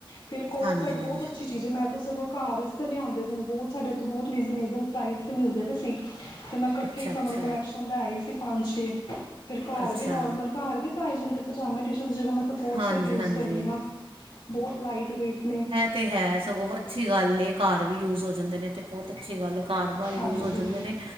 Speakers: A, on the left; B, on the right.
A: ਫੇਰ ਕੋਡ-ਸੈਟ
B: ਹਾਂਜੀ
A: ਬਹੁਤ
B: ਹਾਂਜੀ
A: ਅੱਛੀ ਚੀਜ਼ ਏ, ਮੈਂ ਤਾਂ ਸਗੋਂ ਘਰ ਆਸਤੇ ਲਿਆਂਦੇ ਦੇ ਨੇ, ਬਹੁਤ ਸਾਡੇ ਇੱਥੋਂ ਬਹੁਤ ਰੀਜ਼ਨੇਬਲ ਪ੍ਰਾਈਜ਼ ਤੇ ਮਿਲਦੇ ਵੇ ਸੀ‌। ਤੇ ਮੈਂ ਕੱਠੇ
B: ਅੱਛਾ
A: ਹੀ
B: ਅੱਛਾ
A: ਸਮਰ ਕਲੈਕਸ਼ਨ ਲੈ ਆਈ ਸੀ ਪੰਜ-ਛੇ। ਫੇਰ ਘਰ
B: ਅੱਛਾ
A: ਵੀ ਨੋਰਮਲ, ਘਰ ਵੀ ਪਾਏ ਜਾਂਦੇ ਪਜਾਮੇ ਟੀ-ਸ਼ਰਟ ਜਗ੍ਹਾ ਮੈ ਤਾਂ ਕੋਡ-ਸੈਟ
B: ਹਾਂਜੀ
A: ਯੂਜ
B: ਹਾਂਜੀ
A: ਕਰਨੀ ਆ, ਬਹੁਤ ਲਾਈਟ ਵੇਟ ਨੇ।
B: ਓ ਤੇ ਹੈ, ਸਗੋਂ ਅੱਛੀ ਗੱਲ ਏ, ਘਰ ਵੀ ਯੂਜ ਹੋ ਜਾਂਦੇ ਨੇ ਤੇ ਬਹੁਤ ਅੱਛੀ ਗੱਲ ਏ। ਘਰ-ਬਾਰ ਯੂਜ
A: ਹਾਂਜੀ
B: ਹੋ ਜਾਂਦੇ ਨੇ,